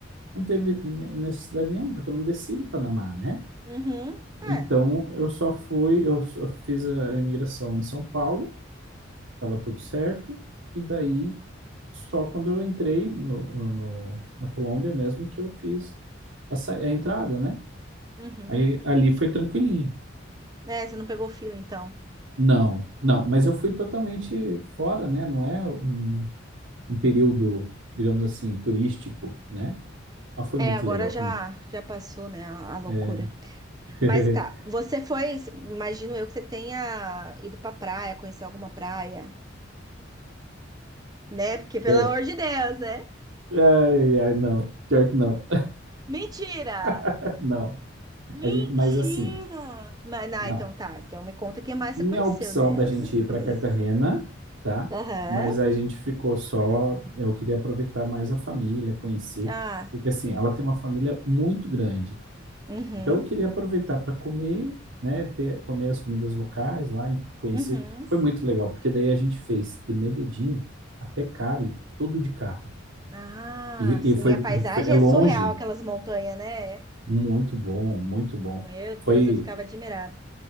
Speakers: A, on the right; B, on the right.
A: não teve necessidade nenhuma, porque eu não desci de Panamá, né?
B: Uhum.
A: Então,
B: É.
A: eu só fui, eu só fiz a imigração em São Paulo, estava tudo certo, e daí, só quando eu entrei no, no- na Colômbia mesmo, que eu fiz a, sa- a entrada, né?
B: Uhum.
A: Aí, ali foi tranquilinho.
B: É, você não pegou fila, então.
A: Não, não, mas eu fui totalmente fora, né? Não é um, um período, digamos assim, turístico, né? Ah, foi muito
B: É, agora
A: legal,
B: já
A: foi muito...
B: já passou, né, a, a loucura.
A: É. <laughs>
B: Mas tá, você foi, imagino eu que você tenha ido pra praia, conhecer alguma praia, né? Porque, pelo
A: É,
B: amor de Deus, né?
A: Ai, ai, não. Pior que não.
B: Mentira!
A: <laughs> Não.
B: Mentira!
A: A gente, mas assim,
B: Mas, não,
A: não.
B: então tá, então me conta quem mais
A: Tinha
B: você conheceu,
A: a opção
B: né?
A: da
B: Outras
A: gente ir
B: coisas.
A: para Cartagena, tá?
B: Aham.
A: Mas a gente ficou só. Eu queria aproveitar mais a família, conhecer,
B: Ah,
A: porque assim, ela tem uma família muito grande.
B: uhum.
A: Então eu queria aproveitar para comer, né? Ter, comer as comidas locais lá, e conhecer.
B: Uhum.
A: Foi muito legal, porque daí a gente fez de Medellín até Cali, tudo de carro.
B: Ah,
A: E,
B: sim,
A: e foi,
B: e a paisagem
A: foi, é longe.
B: é surreal, aquelas montanhas, né?
A: Muito bom, muito bom.
B: Meu Deus,
A: Foi
B: eu ficava admirada.